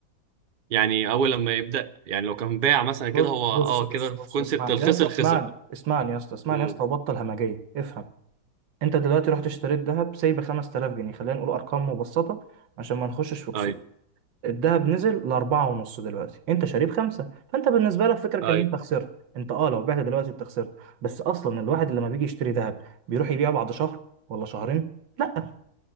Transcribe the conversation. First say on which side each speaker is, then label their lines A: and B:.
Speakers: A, on the right (about 65°); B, on the right (about 80°).
A: يعني اول لما يبدا يعني لو كان باع مثلا
B: ب-
A: كده هو
B: بص
A: اه
B: بص
A: كده
B: بص
A: في كونسبت
B: اسمعني
A: الخسر
B: يا اسطى اسمعني
A: خسر
B: اسمعني يا اسطى اسمعني
A: امم
B: يا اسطى وبطل همجية افهم انت دلوقتي رحت اشتريت ذهب سايب 5000 جنيه خلينا نقول ارقام مبسطة عشان ما نخشش في كسوف
A: اي
B: الذهب نزل لأربعة ونص دلوقتي انت شاريه بخمسة فانت بالنسبة لك فكرك
A: اي
B: ان انت خسرت انت اه لو بعت دلوقتي انت خسرت بس اصلا الواحد لما بيجي يشتري ذهب بيروح يبيعه بعد شهر ولا شهرين لا